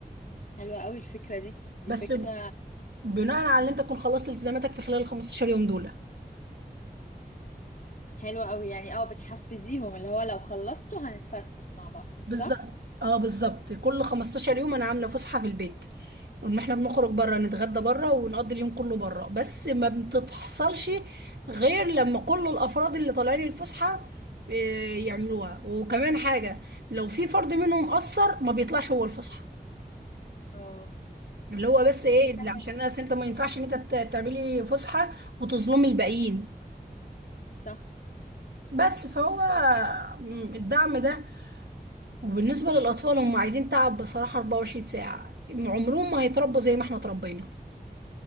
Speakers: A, on the left (about 55°); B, on the right (about 85°).
A: حلوة قوي الفكرة دي دي
B: بس
A: فكرة
B: ب- بناء على
A: مم.
B: ان انت تكون خلصت التزاماتك في خلال ال 15 يوم دول
A: حلوة قوي يعني اه بتحفزيهم اللي هو لو خلصتوا هنتفسح مع بعض
B: بالظبط
A: صح؟
B: اه بالظبط كل 15 يوم انا عامله فسحه في البيت ان احنا بنخرج بره نتغدى بره ونقضي اليوم كله بره بس ما بتحصلش غير لما كل الافراد اللي طالعين الفسحه إيه، يعملوها وكمان حاجه لو في فرد منهم قصر ما بيطلعش هو الفسحه
A: اه
B: اللي هو بس ايه
A: دي فكرة
B: اللي
A: حلوة
B: عشان انا انت ما ينفعش ان انت ت- تعملي فسحه وتظلمي الباقيين
A: صح
B: بس فهو م، الدعم ده وبالنسبة للأطفال هم عايزين تعب بصراحة 24 ساعة عمرهم ما هيتربوا زي ما احنا اتربينا